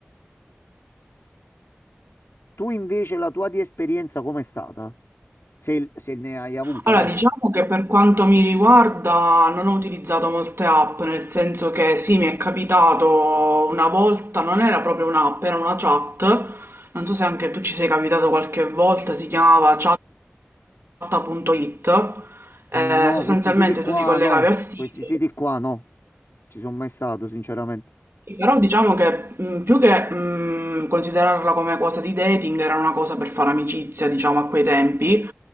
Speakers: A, on the left; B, on the right.
A: Tu invece la tua di esperienza com'è stata? Se, se ne hai avuta,
B: Allora,
A: eh?
B: diciamo che per quanto mi riguarda non ho utilizzato molte app, nel senso che sì, mi è capitato una volta, non era proprio un'app, era una chat, non so se anche tu ci sei capitato qualche volta, si chiamava chat.it, eh,
A: No,
B: sostanzialmente
A: questi siti qua
B: tu ti collegavi
A: no,
B: al sito.
A: questi siti qua no. Ci sono mai stato, sinceramente.
B: Sì, Però diciamo che mh, più che mh, considerarla come cosa di dating era una cosa per fare amicizia, diciamo, a quei tempi.